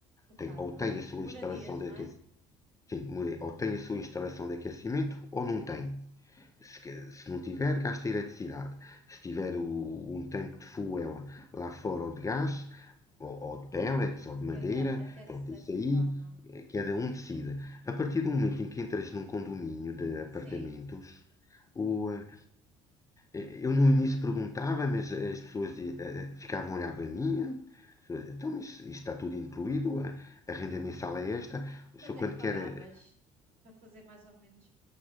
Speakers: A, on the right; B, on the left.
A: é cá,
B: Tem, ou
A: não
B: tem
A: é?
B: a sua
A: Moradias,
B: instalação de
A: não
B: aquecimento.
A: é?
B: Sim, ou tem a sua instalação de aquecimento ou não tem. Se, se não tiver, gasta eletricidade. Se tiver o- um tanque de fuel lá fora ou de gás, ou, ou de pellets, ou de
A: E
B: madeira,
A: aca- aquece-se
B: pronto, isso
A: dessa
B: aí
A: forma.
B: eh, cada um decide. A partir do momento em que entras num condomínio de apartamentos,
A: Sim.
B: o, eh, eh, eu no início perguntava, mas as pessoas eh, eh, ficavam a olhar para mim. eh, Então, mas isto está tudo incluído, a, a renda mensal é esta. O
A: Quanto
B: senhor,
A: é
B: quando
A: que pagavas
B: quer eh,
A: para fazer mais ou menos?